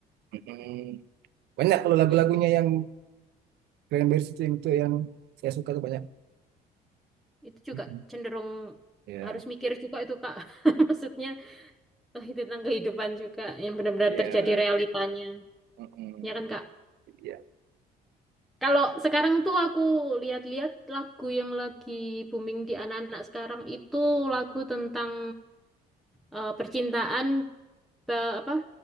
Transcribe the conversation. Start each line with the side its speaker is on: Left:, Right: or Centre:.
Right: mm, banyak kalau lagu-lagunya
Centre: itu
Right: yang Cranberries itu yang itu yang saya suka tuh banyak
Centre: itu juga
Right: mm
Centre: cenderung
Right: ya
Centre: harus mikir juga itu kak <laughs> maksudnya eh, itu tentang kehidupan juga yang benar-benar
Right: ya
Centre: terjadi realitanya
Right: mm
Centre: ya kan kak
Right: ya
Centre: kalau sekarang tuh aku lihat-lihat lagu yang lagi booming di anak-anak sekarang itu lagu tentang eh, percintaan pe- apa